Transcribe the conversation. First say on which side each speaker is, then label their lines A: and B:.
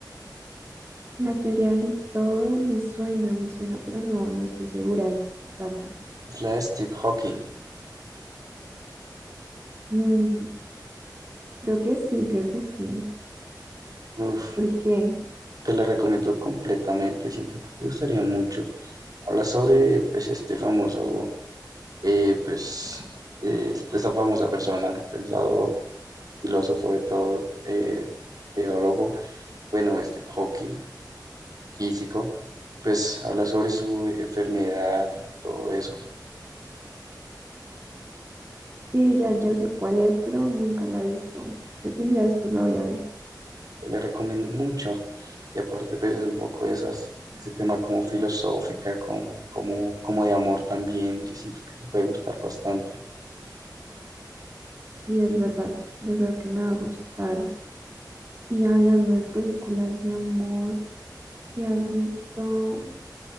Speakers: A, on the right; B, on the right.
A: La teoría del todo me suena, me suena, pero no, no estoy segura de qué trata.
B: Es la de Steve Hawking.
A: Mm, creo que sí, creo que sí.
B: Uf,
A: Porque
B: Te la recomiendo completamente, siento que te gustaría mucho. Habla sobre, pues, este famoso, eh, pues, eh, esta famosa persona, pensador, filósofo de todo, eh, teólogo, bueno, Steve Hawking, físico, pues, habla sobre su enfermedad y todo eso.
A: sí, ya, ya sé cuál es, pero nunca la he visto. Creo que un día de estos la voy a ver.
B: Te la recomiendo mucho. Y aparte, pues, es un poco de esas, ese tema como filosófica, con- como, como de amor también. Yo siento que te puede gustar bastante.
A: Y es verdad, yo creo que me va a gustar. Y hablando de películas de amor, ¿te has visto?